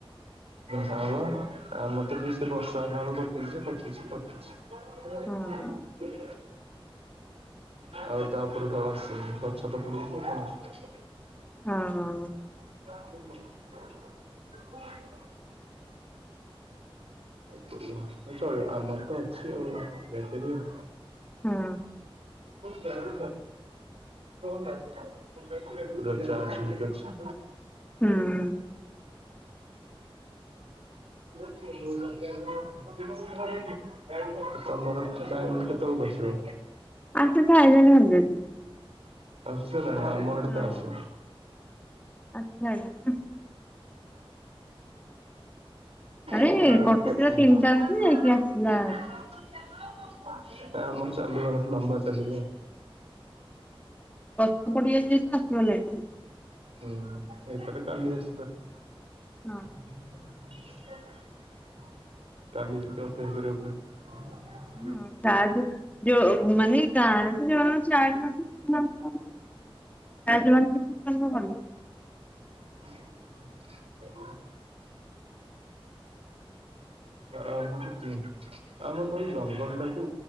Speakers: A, on the right (about 85°); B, on the left (about 15°).
A: ହଁ ହ ଆମର ତ ବି ସେଇ ବର୍ଷା ହେଲା ବେଳୁ କଟିଛି କଟିଛି କଟିଛି
B: ହଁ
A: ଆଉ ତାପରେ ଆଉ ଆସିିନି ଗଛ ତ ପଡିଯାଇଛି କଣ ଆସିିବ
B: ହଁ ହଁ
A: <unintelligible> <unintelligible> ଚଳିବ ଆମର ତ ଅଛି ଆଉ ବଟେରୀ ଆଉ
B: ହଁ
A: ଗରମ ବହୁତ ଲାଗୁଛି ପୁରା ଚାର୍ଜ ହେଇକି ଅଛି। <inaudible>
B: ହୁଁ।
A: <inaudible> ତମର ଲାଇନ୍ କେତେବେଳ କୁ ଆସିବ? <inaudible>
B: ଆସି ସାଇଲାଣି ଅଲରେଡି।
A: ଆସିଚି ନା ଆମ ଆଡେ
B: ହଁ।
A: ତ ଆସିନି
B: ଆସିଲାଣି ଆରେ
A: <inaudible> <inaudible> ଆମର
B: କଟୁଥିଲା ତିନିଟାରେ ଯେ ଯାଇକି ଆସିଲା।
A: ଚାଲିବ ସେଠୁ ଲମ୍ବା ଚାଲିବ
B: ଗଛ ପଡିଯାଇ ତ ଆସିବ ଲ ଏ
A: ହୁଁ ଏପଟ କାଲି ଆସି ପାରେ
B: ହଁ।
A: <inaudible> କାଲି ଯେତକ ତିଆରି କରିବାକୁ ପଡିବ <inaudible>
B: ହଁ ତାବି ଯ ମାନେ ଗାଁରେ ତ ଯ ଚାର୍ଜ ନଥିଲା <unintelligible>
A: <unintelligible> ଆଉ ଆମ ଏପଟେ ଜଙ୍ଗଲ ଟାକୁ